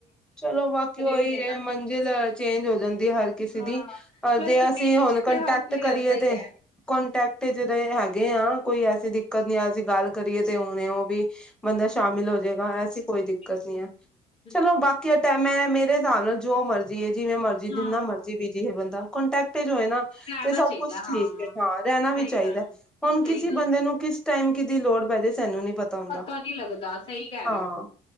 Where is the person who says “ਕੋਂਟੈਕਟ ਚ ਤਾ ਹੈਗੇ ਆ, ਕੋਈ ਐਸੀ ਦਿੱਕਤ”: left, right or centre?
Centre